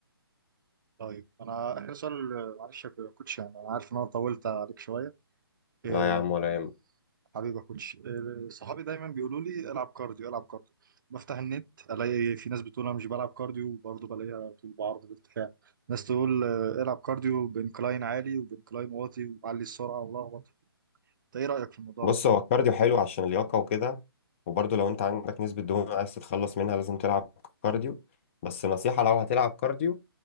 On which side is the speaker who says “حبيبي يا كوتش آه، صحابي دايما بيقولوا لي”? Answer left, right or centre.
Right